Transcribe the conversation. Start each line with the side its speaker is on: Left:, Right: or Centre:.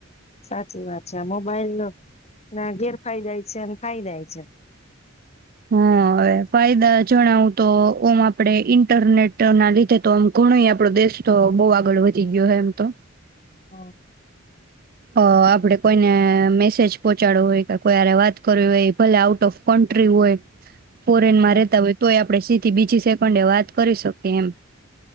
Left: સાચી વાત છે. આ મોબાઈલ ના ગેરફાયદાય છે અને ફાયદાાય છે.
Right: હા, હવે ફાયદા જણાવું તો ઓમ આપડે ઈન્ટરનેટ ના લીધે તો આમ ઘણો આપડો દેશ તો બહુ આગળ વધી ગયો હે, એમ તો
Left: હમ્મ.
Right: અહ આપડે કોઈને મેસેજ પહોંચાવો હોય, કે કોઈ હરે વાત કરવી હોય, ભલે આઉટ ઓફ કન્ટ્રી હોય <inaudible> ફોરેનમાં
Left: હ
Right: રહેતા હોય, તોય આપડે સીધથી બીજ પછી <unintelligible> વાત કરી શકે એમ.